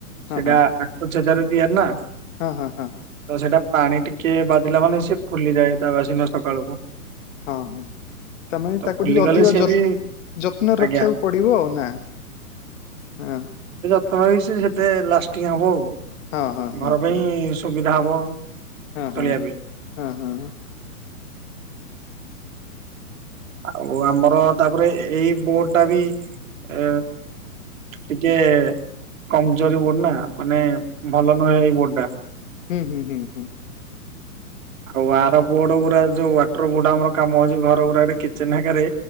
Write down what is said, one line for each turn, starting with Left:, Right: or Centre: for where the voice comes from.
Left: ହୁଁ
Right: ସେଇଟା
Left: ହଁ
Right: ଆଖୁ ଛେଦାରେ ତିଆରି ନା।
Left: ହଁ ହଁ ହଁ।
Right: ତ ସେଇଟା ପାଣି ଟିକେ ବାଜିଲା ମାନେ ସିଏ ଫୁଲିଯାଏ। ତା ବାସିନା ସକାଳକୁ।
Left: ଅ ହଁ। ତାମାନେ
Right: ତ
Left: ତାକୁ
Right: ଫୁଲିଗଲେ
Left: ଟିକେ ଅଧିକ
Right: ସିଏ
Left: ଯ
Right: ବି
Left: ଯତ୍ନରେ
Right: ଆଜ୍ଞା
Left: ରଖିବାକୁ ପଡିବ ନା। ହଁ।
Right: ତମ ବି ସେ ସେତେ ଲାଷ୍ଟିଙ୍ଗ ହବ ଆଉ।
Left: ହଁ ହଁ
Right: ଘର ପାଇଁ
Left: ହଁ
Right: ସୁବିଧା ହବ।
Left: ହଁ
Right: ଚଳିବା
Left: ହଁ
Right: ପାଇଁ
Left: ହଁ ହୁଁ।
Right: ଆଉ ଆମର ତାପରେ ଏଇ ବୋଡ ଟା ବି ଆ ଟିକେ କମଜୋର ବୋର୍ଡ ନା ମାନେ ଭଲ ନୁହେଁ ଏଇ ବୋର୍ଡ ଟା।
Left: ହୁଁ ହୁଁ ହୁଁ ହୁଁ।
Right: ଆଉ ଆର ବୋଡ ଗୁରା ଯୋଉ ୱାଟର ବୁଡ ଆମର କାମ ହଉଛି ଘର ଗୁଡା କିଚେନ ହେକାରେ।